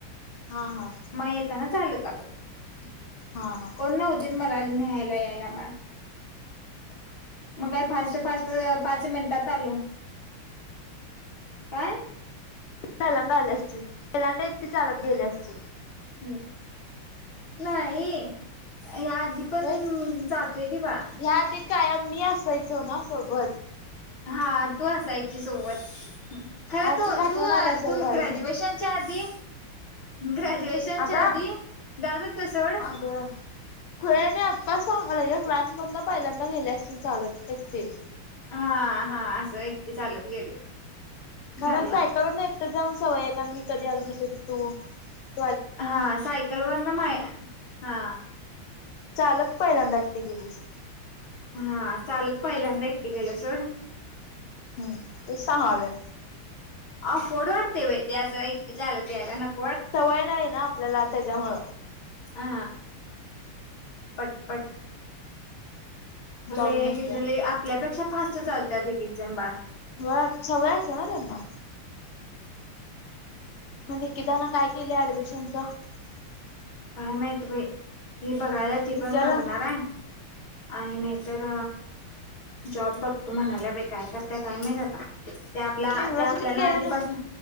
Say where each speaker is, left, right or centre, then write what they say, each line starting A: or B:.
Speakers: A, on the left; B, on the left.
A: हा हा
B: मग येताना चालत तक <unintelligible>
A: हा हा
B: कोण न्हवतीत मला न्यायला यायला पण. मग काय फास्ट फास्त पाच मिनिटात आलो. काय?
A: फलाड आले असतील पलांडा एक ते चालत गेले असतील.
B: हम् नाही या आधी पण
A: व्हयच की
B: जातोय की बा
A: ह्या आधी कायम मी असायचो ना सोबत.
B: हा तू असायची सोबत. खरं
A: आज
B: तू
A: तुला आठवण
B: तू
A: आली असेल
B: तू
A: माझी
B: ग्रॅज्युएशनच्या आधी गा ुएशनच्या
A: अगं
B: आधी जात होतो सोड.
A: अगं खुळे मी आताच सांगलाय क्लासमधून पहिल्यांदा गेले असते चालत एक ते..
B: हा हा असं एकट चालत गेले.
A: घरांचयकाला
B: घरला
A: एकटं जाऊन सवय आहे कार मी कध आल नसतो त. दो
B: हा सायकल वर न माय हा
A: चालत पहिल्यांदा एकटी गेलीस.
B: हा चालत पहिल्यांद क केेलं सर.
A: हम्म ते सांगले.
B: अफोड वाढते व ते असंलं ते यायला नक्की
A: सवय नाही ना आपल्याला त्याच्यामुळ.
B: हा पट पट.
A: जाऊन
B: एक
A: येते
B: आपल्यापेक्षा फास्ट चालत पिक एक्झम बार.
A: होय सवय असत ना त्यांना. निकिताने काय केले ऍडमिशन. ते च
B: काय माहित बाई ती बघायला ती
A: विचारलं
B: पण बघणार आहे. आणि नाहीतर जॉब बघतो म्हणाल्या बाई काय करत काय माहित आता. त्या आपल्या
A: युनिव्हर्सिटीत
B: त्या आपल्या ना
A: गेली
B: आधीपासून